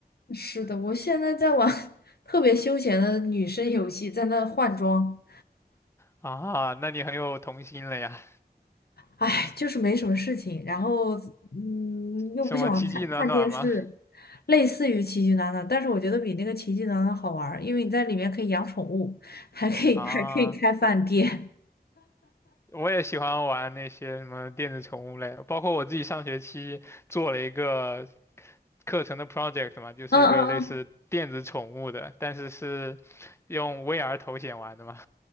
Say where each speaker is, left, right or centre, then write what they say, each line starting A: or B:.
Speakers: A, on the left; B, on the left.
A: 是的，我现在在玩 <laughs> 特别休闲的女生游戏，在那换装。
B: 啊。那你很有童心了呀？
A: 哎，就是没什么事情，然后嗯，又不想看看电视，
B: 什么奇迹暖暖吗？
A: 类似于奇迹暖暖，但是我觉得比那个奇迹暖暖好玩儿，因为你在里面可以养宠物，还可以
B: 啊。
A: <laughs> 还可以开饭店。
B: 我也喜欢玩那些什么电子宠物类的包括我自己上学期做了一个课程的 project 嘛，就是一个类似电子宠物的，
A: <laughs> 嗯嗯嗯，
B: 但是是用 VR 头显玩的嘛。